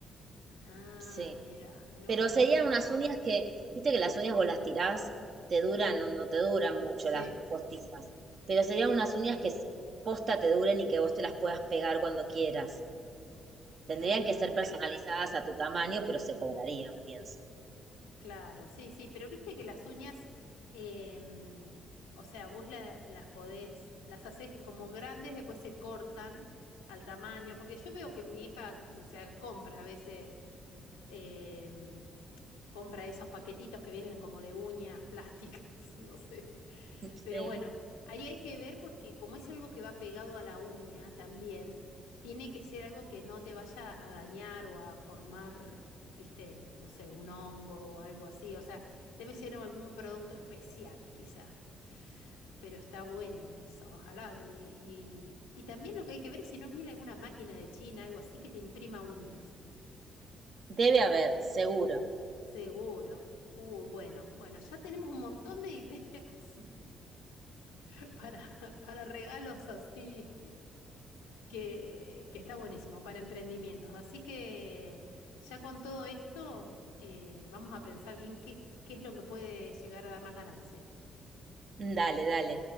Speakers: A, on the left; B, on the right.
A: Ah,
B: sí.
A: mira, no,
B: Pero
A: no,
B: serían
A: no.
B: unas uñas que, viste que las uñas vos las tirás, te duran o no te duran mucho
A: Sí,
B: las postizas, pero serían unas uñas que s- posta te duren y que vos te las puedas pegar cuando quieras. Tendrían
A: claro.
B: que ser personalizadas a tu tamaño, pero se cobrarían, pienso.
A: Claro, sí, sí, pero viste que las uñas, em, o sea, vos la- las podés, las haces como grandes, después se cortan al tamaño, porque yo veo que mi hija, o sea, compra a veces, em, compra esos paquetitos que vienen como de uñas plásticas, <laughs> no sé.
B: Sí,
A: Pero bueno, ahí hay que ver porque como es algo que va pegado a la uña también, tiene que ser algo que no te vaya a dañar o a formar, viste, no sé, un hongo o algo así. O sea, debe ser algún producto especial quizá. Pero está bueno eso, ojalá. Y, y, y también lo que hay que ver es si no viene alguna máquina de China, algo así, que te imprima uñas.
B: debe haber, seguro.
A: Seguro. Uy, bueno, bueno, ya tenemos un montón de <laughs> ideas. <laughs> para, para regalos así, que, que está buenísimo, para emprendimientos. Así que ya con todo esto, eh, vamos a pensar bien qué, qué es lo que puede llegar a dar más ganancia.
B: Dale, dale.